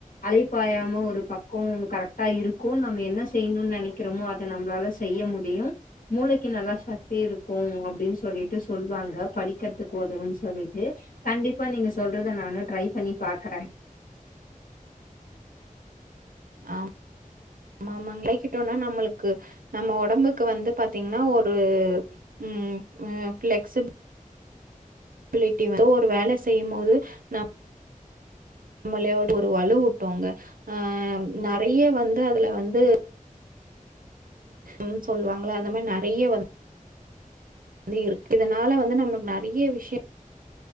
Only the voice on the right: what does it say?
ஆம் நம்ம அங்க ளைக்கிட்டோனா நம்மளுக்கு நம்ம ஒடம்புக்கு வந்து பாத்தீங்னா ஒரு ம் ஆ ஃப்ளெக்ஸ்சிப் பிலிட்டி வே லோ ஒரு வேல செய்யும் மோது நம் அம்பளையோடு ஒரு வலு வுட்டுவாங்க ஆ நெறைய வந்து அதுல வந்து ம் சொல்லுவாங்கள அந்த மாரி நெறைய வந்து வ இருக்கு இதனால வந்து நம்மளுக்கு நெறைய விஷயம்